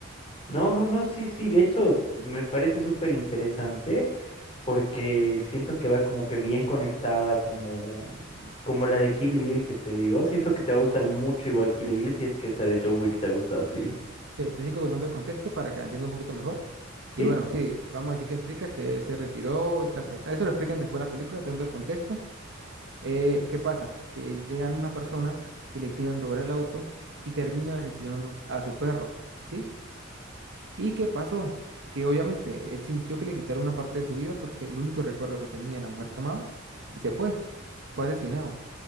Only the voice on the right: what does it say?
Te, te sigo contando el contexto para que entienda un poquito mejor. Y
bueno, sí, vamos a decir que explica que él se retiró y tal, tal, tal. Eso lo explican después en las películas, teniendo el contexto. Eh, ¿qué pasa? Que llegan unas personas que le quieren robar el auto y terminan asesinando a su perro, ¿sí? ¿Y qué pasó? Que obviamente él sintió que le quitaron una parte de su vida porque el único recuerdo que tenía de la mujer que amaba se fue, fue asesinado.